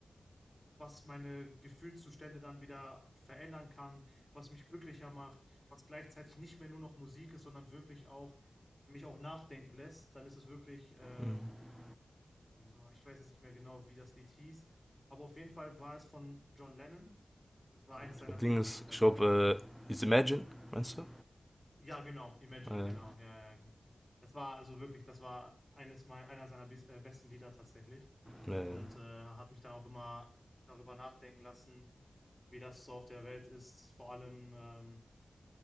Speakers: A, on the left; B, in the centre.
A: was meine Gefühlszustände dann wieder verändern kann, was mich glücklicher macht, was gleichzeitig nicht mehr nur noch Musik ist, sondern wirklich auch mich auch nachdenken lässt, dann ist es wirklich, äh,
B: Mhm.
A: boah, ich weiß jetzt nicht mehr genau, wie das Lied hieß, aber auf jeden Fall war es von John Lennon. Es war eines
B: Ich
A: seiner
B: glaube,
A: berühmtesten
B: Ding ist,
A: Lieder,
B: ich
A: soweit
B: glaube,
A: ich weiß.
B: äh, ist Imagine, meinst du?
A: Ja, genau, Imagine,
B: Ah,
A: genau, ja, ja, ja. Das war also wirklich, das war eines mein, einer seiner bis, äh, besten Lieder tatsächlich
B: Ja, ja,
A: und
B: ja.
A: äh, hat mich dann auch immer darüber nachdenken lassen, wie das so auf der Welt ist. Vor allem ähm,